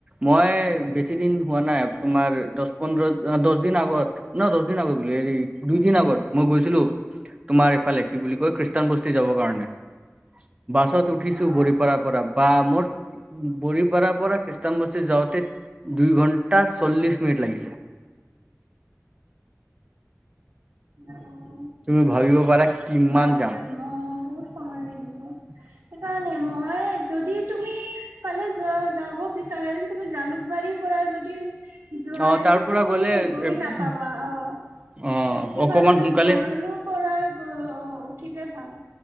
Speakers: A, on the right; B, on the right.
A: মই বেছি দিন হোৱা নাই তোমাৰ দছ পোন্ধৰ দছ দিন আগত ন দছ দিন আগত হেৰি দুই দিন আগত মই গৈছিলো। তোমাৰ এইফালে কি বুলি কয় খ্ৰীষ্টান বস্তি যাবৰ কাৰণে বাছত উঠিছো
B: অ',
A: বৰিপাৰা পৰা বা মোৰ বৰিপাৰা পৰা খ্ৰীষ্টান বস্তি যাওঁতে দুই ঘণ্টা চল্লিশ মিনিট লাগিছে। <inaudible>
B: অ'।
A: তুমি ভাবিব পাৰা কিমান
B: বাপৰে
A: যাম
B: বা বহুত সময় লাগিব, সেইকাৰণে মই যদি তুমি সেই ফালে যোৱা যাব বিচ ৰা তুমি জালুকবাৰীৰ পৰা যদি যোৱাৰেন্তে
A: অ তাৰ পৰা
B: তুমি
A: গ'লে
B: গৈ নাপাবা আহ
A: অ',
B: তাতকে
A: অকমান
B: ভাল তুমি
A: সোনকালে
B: ভৰলো পৰা অ', উঠিলে ভাল,